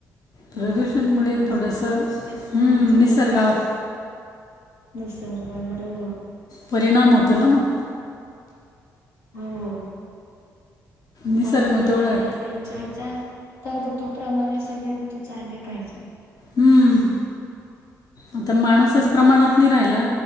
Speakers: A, on the left; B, on the left.
A: प्रदूषणमुळे
B: हा माणसांच्या
A: थोडस हम्म
B: चुक आहेत म्हणायचं
A: निसर्गावर
B: तसं निसर्गावर <unintelligible>
A: परिणाम होतो ना मग.
B: हो
A: निसर्ग
B: पाऊस
A: मग
B: खर
A: तेवढा
B: पडायला तर ज्या ज्या त्या ऋतूप्रमाणे सगळे ऋतू चालले पाहिजेत. <inaudible>
A: हम्म, आता माणूसच प्रमाणात नाही राहिला